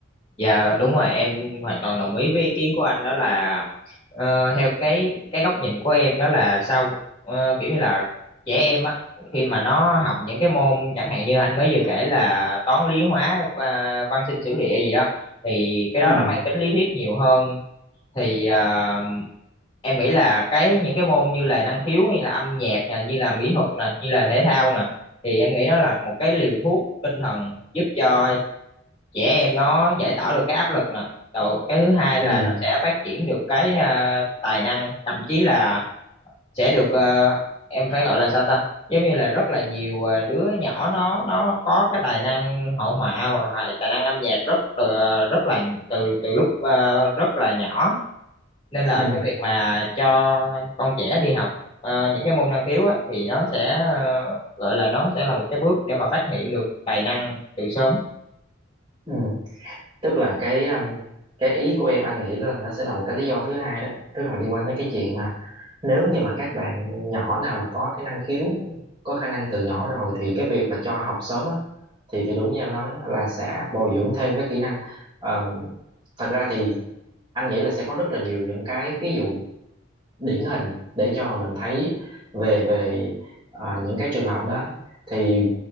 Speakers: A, on the left; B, on the right.
A: Dạ đúng rồi em hoàn toàn đồng ý với ý kiến của anh đó là ờ, theo cái cái góc nhìn của em đó là sao ờ, kiểu như là trẻ em á khi mà nó học những cái môn chẳng hạn như anh mới vừa kể là toán lý hóa và văn sinh sử địa gì đó thì cái đó
B: ừ
A: nó mang tính lý thuyết nhiều hơn thì ờ, em nghĩ là cái những cái môn như là năng khiếu hay là âm nhạc nè như là mỹ thuật nè như là thể thao nè thì em nghĩ nó là một cái liều thuốc tinh thần giúp cho trẻ em nó giải tỏa được cái áp lực nè rồi cái thứ hai là
B: ừ
A: nó sẽ phát triển được cái à, tài năng thậm chí là sẽ được ờ, em phải gọi là sao ta giống như là rất là nhiều ờ, đứa nhỏ nó nó có cái tài năng hội họa hoặc là tài năng âm nhạc rất từ, rất là từ từ lúc ờ, rất là nhỏ nên là
B: ừ
A: cái việc mà cho con trẻ đi học ờ, những cái môn năng khiếu á, thì nó sẽ ờ, gọi là nó sẽ là một cái bước để mà phát hiện được tài năng từ sớm
B: ừ tức là cái ừm, cái ý của em anh nghĩ là nó sẽ là một cái lý do thứ hai đó tức là liên quan tới cái chuyện mà nếu như mà các bạn nhỏ nào mà có cái năng khiếu có khả năng từ nhỏ rồi thì cái việc mà cho học sớm á thì thì đúng như em nói á, là sẽ bồi dưỡng thêm cái kỹ năng Ờ, thật ra thì anh nghĩ là sẽ có rất là nhiều những cái ví dụ điển hình để cho mà mình thấy về về à, những cái trường hợp đó thì